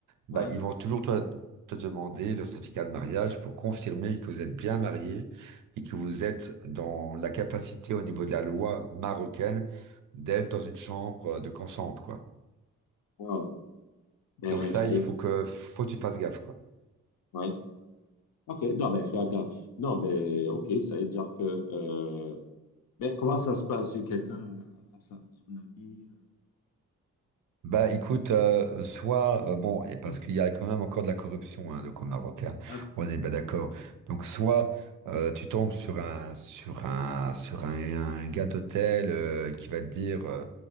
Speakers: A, on the right (about 55°); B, on the left (about 65°).
A: bah,
B: Ouais.
A: ils vont toujours te, te demander le certificat de mariage pour confirmer que vous êtes bien marié et que vous êtes dans la capacité au niveau de la loi marocaine d'être dans une chambre euh, de ensemble, quoi.
B: Wow. Ben,
A: Donc ça,
B: ça
A: il
B: veut
A: faut
B: dire-
A: que, faut que tu fasses gaffe, quoi.
B: ouais. OK, non, mais fais gaffe. Non, mais OK, ça veut dire que... euh, mais comment ça se passe si quelqu'un a, a sa- son avis
A: Bah écoute, euh, soit, euh, bon, et parce
B: euh,
A: qu'il y a quand même encore de la corruption hein, donc au Maroc, hein,
B: Ah,
A: on est bien d'accord. Donc soit euh, tu tombes sur un sur un sur un, un gars d'hôtel euh, qui va te dire euh,